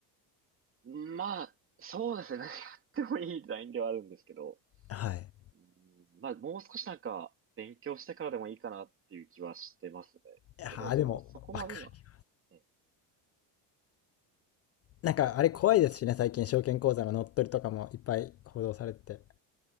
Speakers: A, on the right (about 30°); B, on the left (about 35°).
A: まあ、そうですね。何やってもいいラインではあるんですけど、
B: はい。
A: うん、まあ、もう少しなんか、勉強してからでもいいかなっていう気はしてますね。
B: いやーでも、
A: とりあえずは。そこまで今。
B: わかる。
A: ね
B: なんかあれ怖いですしね、
A: やっぱり。
B: 最近証券口座の乗っ取りとかもいっぱい報道されてて。